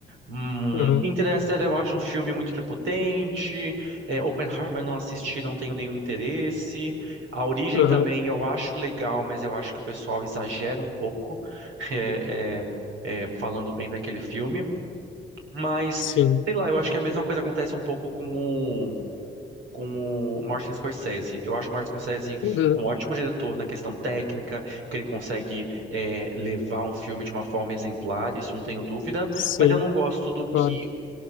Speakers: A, on the right; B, on the left.
A: Hum,
B: uhum,
A: Interestelar eu acho um filme muito prepotente. É, Oppenheimer eu não assisti, não tenho nenhum interesse. A Origem
B: uhum,
A: também eu acho legal, mas eu acho que o pessoal exagera um pouco. <laughs> É, é, é, falando bem daquele filme. Mas,
B: sim,
A: sei lá, eu acho que a mesma coisa acontece um pouco com o, com o Martin Scorsese. Eu acho o Martin Scorsese
B: uhum,
A: um ótimo diretor na questão técnica, que ele consegue é, levar um filme de uma forma exemplar, isso não tenho dúvida,
B: sim,
A: mas eu não gosto do que
B: claro.